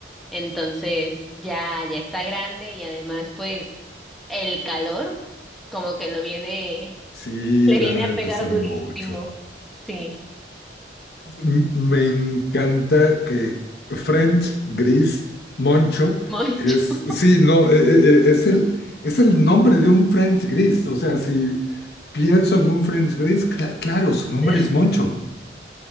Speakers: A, in the centre; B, on the left (about 60°).
A: entonces ya, ya está grande y además pues el calor como que lo viene,
B: sí,
A: le
B: le
A: viene
B: debe
A: a pegar
B: pesar
A: durísimo,
B: mucho.
A: sí.
B: M- Me encanta que French, Gris, Moncho
A: Moncho.
B: es, sí, no, e- e- e- es el, es el nombre de un French Gris. O sea, si pienso en un French Gris, cla- claro, su nombre
A: <laughs>
B: es Moncho.